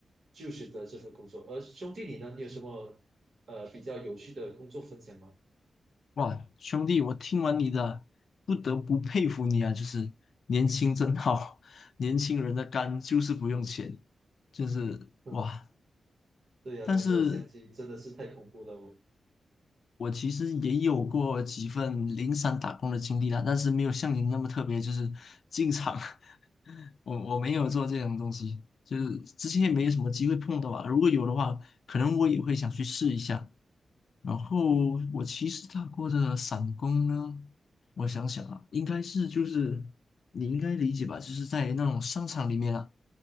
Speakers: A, on the right; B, on the left.
A: 就选择这份工作。而兄弟你呢？你有什么呃比较有趣的工作分享吗？
B: 哇，兄弟，我听完你的，不得不佩服你啊！就是年轻真好，<laughs> 年轻人的肝就是不用钱，就是哇！
A: 嗯，对呀、
B: 但是
A: 那时候相亲真的是太恐怖了哦。
B: 我其实也有过几份零散打工的经历啦，但是没有像您那么特别，就是进厂，<laughs> 我我没有做这种东西，就是之前也没有什么机会碰到啊。如果有的话，可能我也会想去试一下。然后我其实打过的散工呢，我想想啊，应该是就是你应该理解吧，就是在那种商场里面啊，